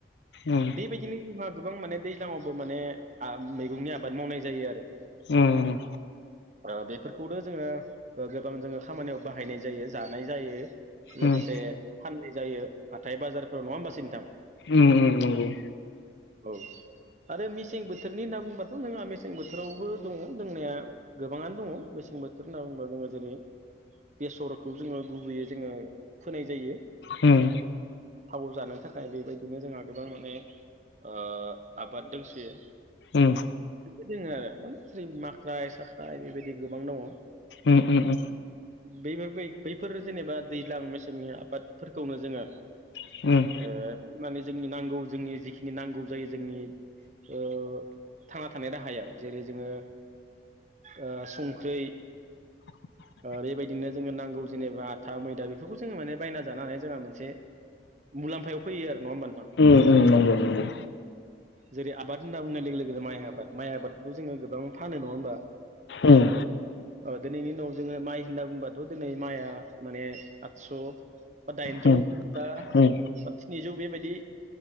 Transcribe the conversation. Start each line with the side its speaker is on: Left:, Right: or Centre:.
Left: उम
Right: बेबायदिनो जोंहा गोबां माने दै ज्लाङावबो माने मैगंनि आबाद मावनाय जायो आरो
Left: ओम
Right: ओ बेफोरखौनो जोङो ओ गोबां जोङो खामानियाव बाहायनाय जायो जानाय जायो
Left: उम
Right: लोगोसे फाननाय जायो हाथाय बाजारफोराव नङा होनबासै नोंथां
Left: ओम ओम नंगौ
Right: औ आरो मेसें बोथोरनि होनना बुंबाथ जोंहा मेसें बोथोरावबो दङ दोंनाया गोबाङानो दङ मेसें मेसें बोथोर होनना बुङोब्ला जोङो जेरै बेसरखौ जोङो गुबैयै जोङो फोनाय जायो
Left: ओम
Right: थाव जानो थाखाय बेबायदिनो जोंहा गोबां माने ओ आबाद दोंसोयो
Left: ओम
Right: दोङो आरो माने जेरै माख्राय साख्राय बेबायदि गोबां दङ
Left: ओम ओम ओम
Right: बेफोरबाय बैफोरो जेनेबा दैज्लां मेसेंनि आबादफोरखौनो जोङो
Left: उम
Right: ओ फोनानै जोंनि नांगौ जोंनि जिखिनि नांगौ जायो जोंनि ओ थांना थानाय राहायाव जेरै जोङो ओ संख्रै
Left: <inaudible>
Right: ओरैबायदिनो जोङो नांगौ जेनेबा आथा मैदा बेफोरखौ जोङो माने बायना जानो हानाय जोंहा मोनसे मुलाम्फायाव फैयो आरो नङा होमबा
Left: ओम ओम नंगौ नंगौ
Right: जेरै आबाद होनना बुंनाय लोगो लोगो माइ आबाद माइ आबादखौ जोङो गोबां फानो नङा होमबा
Left: उम
Right: ओ दिनैनि उनाव जोङो माइ होनना बुंबाथ' दिनै माइआ माने आदस' बा दाइनजौ
Left: उम
Right: बा
Left: उम
Right: स्निजौ बेबायदि